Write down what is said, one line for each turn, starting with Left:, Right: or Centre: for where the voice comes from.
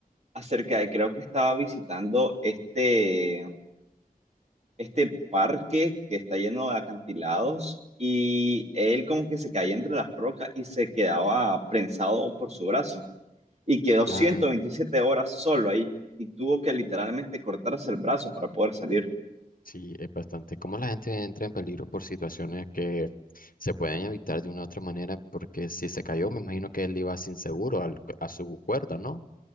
Right: acerca de, creo que estaba visitando este, este parque que está lleno de acantilados y él como que se caía entre las rocas y se quedaba prensado por su brazo y quedó
Left: Ah,
Right: 127 horas solo ahí y tuvo que literalmente cortarse el brazo para poder salir.
Left: sí, es bastante. Cómo la gente entra en peligro por situaciones que se pueden evitar de una u otra manera, porque si se cayó, me imagino que él iba sin seguro al- a su cuerda, ¿no?